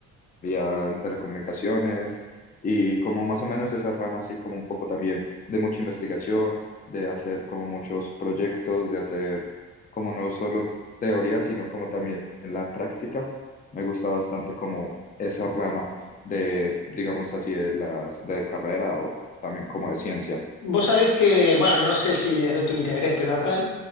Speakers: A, on the left; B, on the left.
A: en telecomunicaciones, y como más o menos esa rama así como un poco también de mucha investigación, de hacer como muchos proyectos, de hacer como no solo teoría, sino como también la práctica. Me gusta bastante como esa rama de, digamos así, de las de carrera o también como de ciencia.
B: Vos sabés que, bueno, no sé si es de tu interés, pero acá